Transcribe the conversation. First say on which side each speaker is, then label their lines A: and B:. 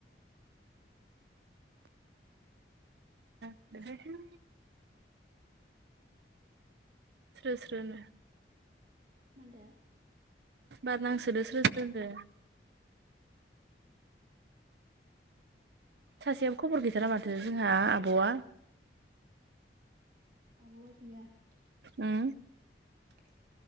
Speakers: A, on the right; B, on the right.
A: <inaudible> स्रो‌ स्रो नो
B: मानदो।
A: बार नांसोदो स्रो स्रो नो सासेयाबो खबर गैथारा माथो जोंहा आबआ
B: आबआ गैया
A: उम
B: <inaudible>